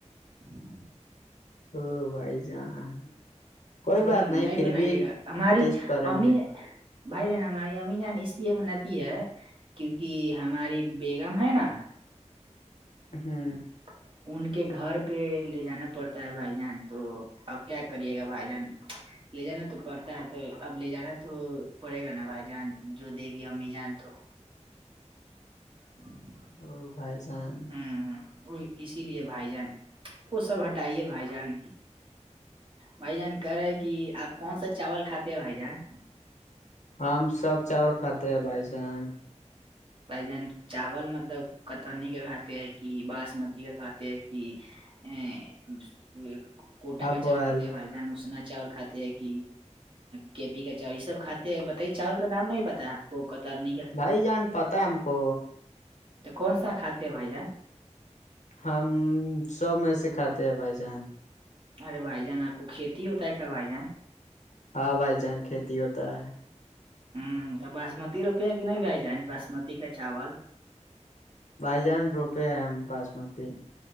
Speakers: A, on the right; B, on the left.
A: جی <inaudible> <unintelligible>
B: ا بھائی جان کوئی
A: ہ
B: بات نہیں پھر
A: بنائیے
B: بھی
A: گا ہماری
B: ٹیسٹ کریں
A: امی
B: گے
A: بھائی جان ہماری ام جان اس لیے بناتتی ہے کیونکہ ہماری بیگم ہے نا
B: ہوں <unintelligible> <inaudible>
A: <unintelligible> <inaudible> ان کے گھر پہ لے جانا پڑتا ہے بھائی جان تو اب کیا کریے گا بھائی جان لے جانا تو پڑتا ہے تو اب لے جانا ہے تو پڑے گا نا بھائی جان جو دے گی امی جان تو <unintelligible> <inaudible> ج
B: اور بائی جان
A: ہمم ہمم اسی لیے بھائی جان وہ سب ہٹائیے بھائی جان بھائی جان کہہ رہے کہ آپ کون سا چاول کھاتے ہیں بھائی جان
B: ہم سب چاول کھاتے ہیں بھائی جان
A: ب جن چاول مطلب کتنی کا کھاتے ہے کہ باسمتی کا کھاتے ہے کہ ا کوٹاکا
B: ابول
A: چاور کاتے بائی جان ن اشنا چاور کات <inaudible> کی پی کا چاؤور یہ سب کاتے ہیں بتائی چاؤول کا نام نہیں پتتا ہےپ کوکتار نہیں
B: بھائی جان پتا ہے ہم کو
A: تو کون سا کھاتے ہیں بھائی جان
B: ہم سب میں سےے کھاتے ہیں بھائی جان
A: ارے بھائی جان آپ کو کھیتی ہوتا ہے کیا بھائی جان
B: ہاں بھائی جان کھیتی ہوتا ہے
A: ہوں تو باسمتی روپے کہ نہیں بھی جائے باسمتی کا چاول
B: بھائی جان روپے ہیں ہم باسمتی